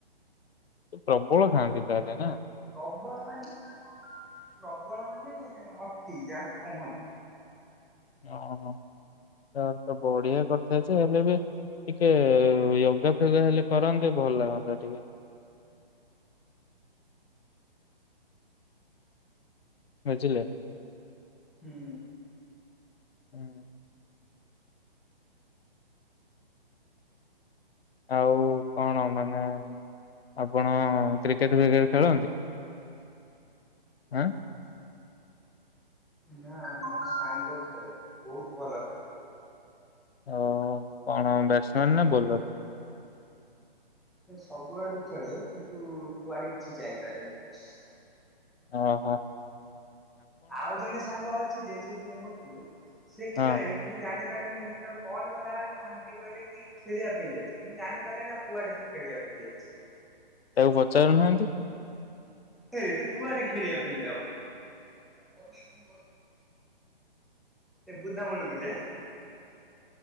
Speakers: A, on the left; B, in the centre.
A: ପ୍ରବଳ ଖାଆନ୍ତି ତାହେଲେ ନା
B: ପ୍ରବଳ ମାନେ ପ୍ରବଳ ମାନେ ଅତି ଯାହାକୁ କହନ୍ତି।
A: ଓୋ ତା ତ ବଢିଆ କଥା ଯେ ହେଲେ ବି ଟିକେ ଯୋଗା ଫୋଗା ହେଲେ କରନ୍ତେ ଭଲ ଲାଗନ୍ତା ଟିକେ ବୁଝିଲେ।
B: ହୁଁ।
A: ହୁଁ। ଆଉ କଣ ମାନେ ଆପଣ କ୍ରିକେଟ ଭିକଟେ ଖେଳନ୍ତି। ଆଁ
B: ନା ମୋ ସାଙ୍ଗ ଖେଳେ ବହୁତ ଭଲ ଖେଳେ
A: ହ। କଣ ବ୍ୟାଟସମ୍ୟାନ୍
B: ମାନେ
A: ନା ବୋଲର
B: ସେ ସବୁଆଡୁ ଖେଳେ କିନ୍ତୁ କୁଆଡେ କିଛି ଯାଇପାରେନି
A: ଓ ହୋ।
B: ଆଉ ଜଣେ ସାଙ୍ଗ ଅ ସେ ଯେହେତୁ ମଟୁ ସେ
A: ହଁ
B: ଖେଳେ ମୁଁ ଜାଣିି ମୁଁ ତାକୁ କଲ୍ ଗଲାବେଳେ ଅଣ୍ଟି କହିଲେ କି ଖେଳିବା ପାଇଁ ଯାଇଛି ମୁଁ ଜାଣିପାରେ ନା କୁଆଡେ ସେ ଖେଳିବା ପାଇଁ ଯାଇଛି।
A: ତାକୁ ପଚାରୁନାହାନ୍ତି।
B: ହେ ତୁ କୁଆଡେ ଖେଳିବା ପାଇଁ ଯାଉ ଏ ବୁଧା ମୁୂଳୁକୁ ଯାଇ